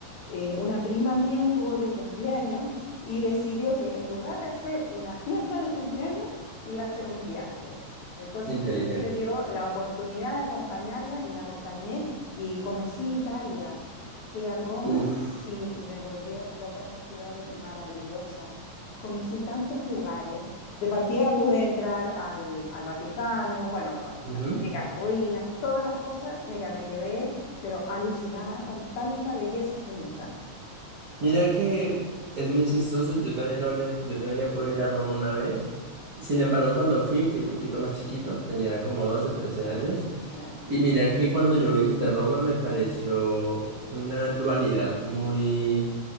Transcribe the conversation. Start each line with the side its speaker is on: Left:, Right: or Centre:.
Left: eh, una prima mía estuvo de cumpleaños y decidió que en lugar de hacer una fiesta de cumpleaños, iba a hacer un viaje. Entonces
Right: Inteligente.
Left: justo se dio la oportunidad de acompañarla y la acompañé y conocí Italia. Fui a Roma
Right: Uf.
Left: y me volvió loca esa ciudad de maravillosa conocí tantos lugares. De partida pude entrar al, al Vaticano, bueno, lo-
Right: Ujú.
Left: las típicas ruinas, todas las cosas. Mira, me quedé, pero alucinada con tanta belleza junta.
Right: Mira que es muy chistoso. Yo también logré, yo también he podido ir a Roma una vez. Sin embargo, cuando fui, fui un poquito más chiquito. Tenía como 12 13 años.
Left: ¿Ya?
Right: Y mira que cuando yo visité Roma me pareció una dualidad muy